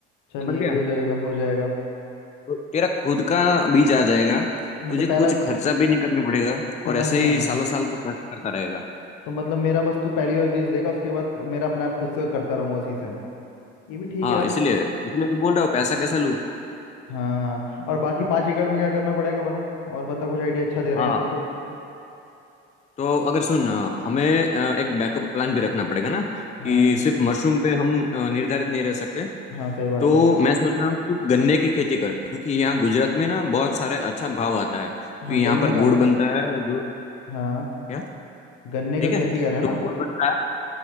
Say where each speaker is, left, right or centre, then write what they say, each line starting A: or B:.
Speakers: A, on the left; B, on the left.
A: चल
B: समझ
A: ये
B: गया
A: भी हो जाएगा हो जाएगा
B: तो तेरा खुद का बीज आ जाएगा
A: मतलब
B: तुझे
A: पहला
B: कुछ खर्चा भी नहीं करना पड़ेगा
A: समझ
B: और ऐसे
A: गया
B: ही
A: मैं
B: सालों साल तू कर, करता रहेगा
A: तो मतलब मेरा बस तू पहली बार बीज देगा उसके बाद मेरा अपने आप खुद से करता रहूंगा उसी से ये भी ठीक
B: हाँ
A: है यार
B: इसीलिए इसीलिए तो बोल रहा हूँ पैसा कैसे लूँ
A: हाँ और बाकी पाँच एकड़ में क्या करना पड़ेगा बता और बता कुछ आइडिया अच्छा दे रहा
B: हाँ
A: है तू तो
B: तो अगर सुन अ, हमें अ, एक बैकअप प्लान भी रखना पड़ेगा ना
A: हाँ
B: कि सिर्फ मशरूम पे हम अ, निर्धारित नहीं रह सकते
A: हाँ सही बात
B: तो
A: है
B: मैं सोच रहा हूँ तू गन्ने की खेती कर क्योंकि यहाँ गुजरात में ना बहुत सारे अच्छा भाव आता है क्योंकि
A: हाँ गन्ने
B: यहाँ पर
A: का
B: गुड़ बनता है जो
A: हाँ
B: क्या
A: गन्ने का
B: ठीक
A: खेती
B: है
A: कर रहा है
B: तो
A: ना
B: गुड़ बनता है